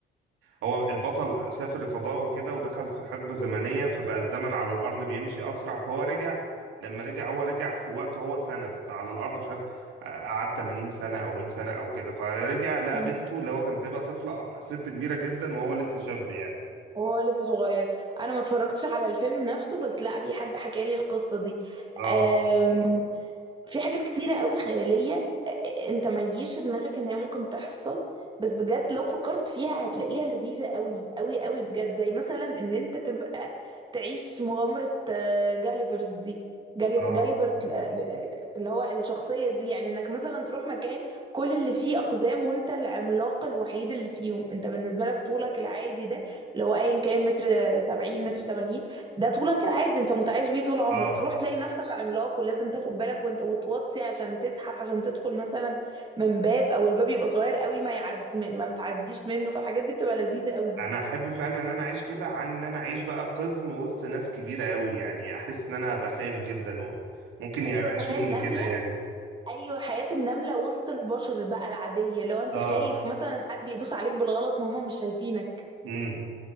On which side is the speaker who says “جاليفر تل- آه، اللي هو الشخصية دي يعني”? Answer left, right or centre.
Right